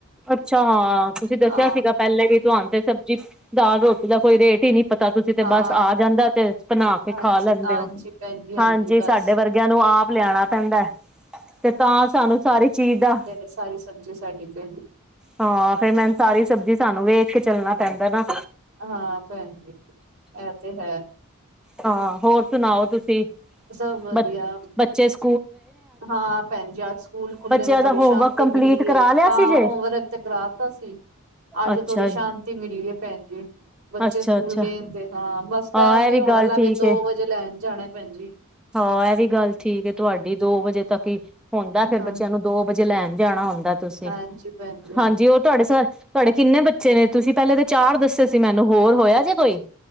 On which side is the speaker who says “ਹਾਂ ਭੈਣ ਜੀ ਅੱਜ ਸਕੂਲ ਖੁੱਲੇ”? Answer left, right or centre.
Right